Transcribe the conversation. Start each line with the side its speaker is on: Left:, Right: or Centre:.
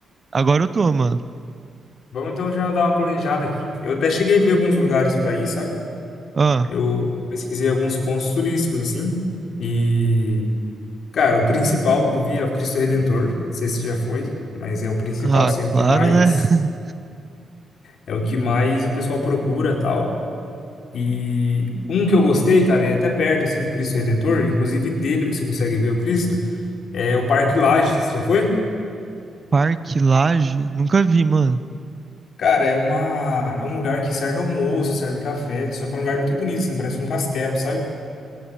Right: Agora eu tô, mano.
Left: Vamos então já dar uma planejada aqui. Eu até cheguei a ver alguns lugares para ir, sabe?
Right: Ah,
Left: Eu eu pesquisei alguns pontos turísticos, assim. E, cara, o principal que eu vi é o Cristo Redentor. Não sei se já foi, mas é o principal,
Right: ah,
Left: assim, o
Right: claro,
Left: que mais...
Right: né? <laughs>
Left: É o que mais o pessoal procura, tal. E um que eu gostei, cara, é até perto assim do Cristo Redentor, inclusive dele você consegue ver o Cristo, é o Parque Lages, Você já foi?
Right: Parque Lage? Nunca vi, mano.
Left: Cara, é uma é um lugar que serve almoço, serve café, só que é um lugar muito bonito, assim, parece um castelo, sabe?